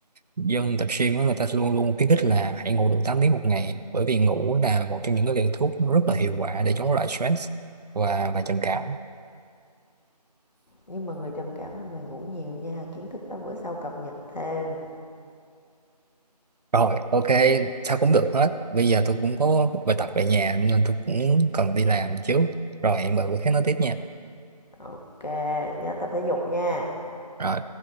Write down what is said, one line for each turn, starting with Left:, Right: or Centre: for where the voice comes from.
Right: dân tập gym á, người ta luôn luôn khuyến khích là hãy ngủ đủ tám tiếng một ngày bởi vì ngủ là một trong những cái liều thuốc rất là hiệu quả để chống lại stress và và trầm cảm
Left: nhưng mà người trầm cảm là người ngủ nhiều nha kiến thức đó bữa sau cập nhật thêm
Right: Rồi, ok, sao cũng được hết. Bây giờ tôi cũng có bài tập về nhà nên tôi cũng cần đi làm chứ. Rồi hẹn bà bữa khác nói tiếp nha.
Left: ok nhớ tập thể dục nha
Right: Rồi.